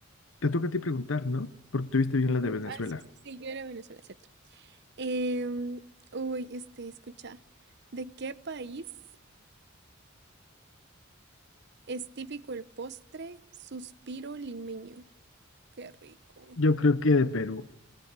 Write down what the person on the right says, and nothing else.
Mm,
Ah, sí, sí, sí, yo era de Venezuela, cierto. Em, uy, este, escucha, ¿de qué país? Es típico el postre suspiro limeño. Qué rico.